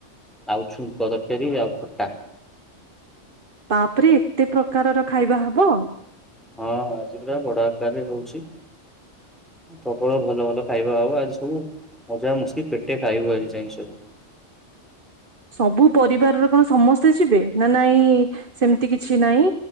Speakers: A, in the centre; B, on the right.
A: ଆଉ ଛୁଙ୍କ ତରକାରୀ ଆଉ ଖଟା।
B: ବାପ୍ ରେ ଏତେ ପ୍ରକାରର ଖାଇବା ହବ।
A: ହଁ ଆଜି ପୁରା ବଡ଼ ଆକାରରେ ହଉଛି। ପ୍ରବଳ ଭଲ ଭଲ ଖାଇବା ହବ ଆଜି ସବୁ ମଜାମସ୍ତି ପେଟେ ଖାଇବୁ ଆଜି ଯାଇଁକି ସବୁ।
B: ସବୁ ପରିବାରର କଣ ସମସ୍ତେ ଯିବେ ନା ନାଇଁ ସେମିତି କିଛି ନାଇଁ